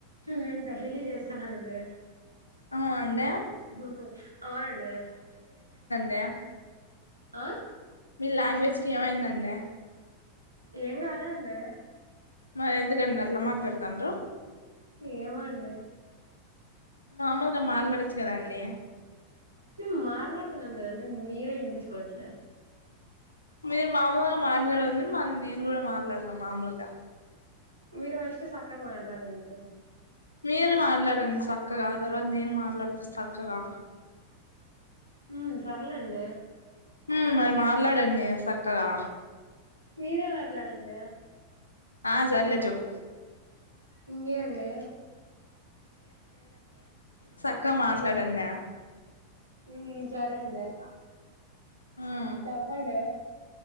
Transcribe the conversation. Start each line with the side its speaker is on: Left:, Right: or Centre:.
Right: నేను డైలీ చేస్తానండి
Left: ఆ అండి
Right: ఉహు అవునండి
Left: నే
Right: ఆ
Left: మీ లాంగ్వేజ్ కి ఏమైందండి
Right: ఏం గాలే అండి,
Left: మరి ఎందుకండి అట్లా మాట్లాడుతారు
Right: ఏమండీ
Left: మామూలుగా మాట్లాడచ్చుగా గదా అండి
Right: సిమ్ మాట్లాడతన్న గదండీ, మీరే వినిపించుకోవట్ల
Left: మీరు మామూలుగా మాట్లాడండి మరే నేను కూడా మాట్లాడతా మామూలుగా,
Right: మీరు ఫస్ట్ సక్కగా మాట్లాడండి
Left: మీరు మాట్లాడండి సక్కగా తర్వాత నేను మాట్లాడుతా సక్కగా,
Right: మ్మ్ సర్లేండి
Left: హుమ్ మరి మాట్లాడండి స క్కగా
Right: మీరే మాట్లాడండి
Left: ఆ సర్లే చెప్పు
Right: ఇంగ్యేండి
Left: సక్కగా మాట్లాడు అన్య
Right: హుమ్ సరే అండి
Left: మ్మ్
Right: చెప్పండి